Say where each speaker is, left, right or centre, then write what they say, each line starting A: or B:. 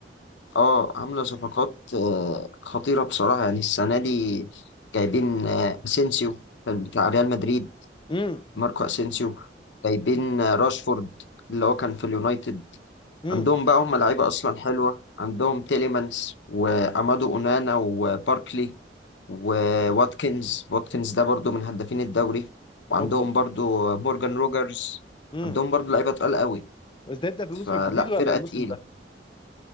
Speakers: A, on the left (about 80°); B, on the left (about 25°).
A: اه عامله صفقات آه خطيره بصراحه يعني السنه دي جايبين آه اسينسيو كان بتاع ريال مدريد
B: امم
A: ماركو اسينسيو جايبين آه راشفورد اللي هو كان في اليونايتد
B: امم
A: عندهم بقى هم لعيبه اصلا حلوه عندهم تيليمانس وامادو اونانا وباركلي وواتكنز واتكنز ده برضو من هدافين الدوري وعندهم
B: اوب اوب
A: برضو مورجان روجرز
B: امم
A: عندهم برضو لعيبة تقال قوي
B: بس ده يبدأ في
A: فلا
B: الموسم الجديد ولا
A: فرقة
B: الموسم
A: تقيلة
B: ده؟